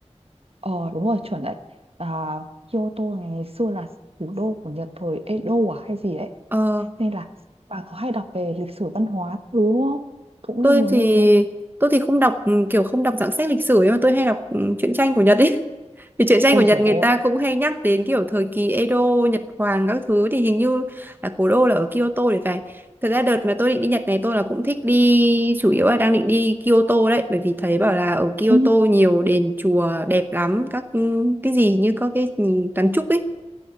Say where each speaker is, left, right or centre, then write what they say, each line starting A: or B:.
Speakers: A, on the right (about 55°); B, on the right (about 15°).
A: Ờ đúng rồi chuẩn đấy à, Kyoto này ngày xưa là thủ đô của Nhật thời Edo à hay gì đấy
B: ờ
A: Nên là bà có hay đọc về lịch sử văn hóa thứ đúng không? Cũng
B: tôi
A: đi nhiều
B: thì
A: nơi đúng không?
B: tôi thì không đọc ừ, kiểu không đọc dạng sách lịch sử ấy mà tôi hay đọc ừ, truyện tranh của Nhật ấy <laughs> vì truyện tranh
A: Ôi
B: của Nhật
A: dồi
B: người
A: ôi
B: ta cũng hay nhắc đến kiểu thời kỳ Edo Nhật Hoàng các thứ thì hình như là cố đô là ở Kyoto để phải thật ra đợt mà tôi định đi Nhật này tôi là cũng thích đi chủ yếu là đang định đi Kyoto đấy bởi vì thấy bảo là ở Kyoto
A: ừ,
B: nhiều đền chùa đẹp lắm các ừ, cái gì như có cái gì kiến trúc ấy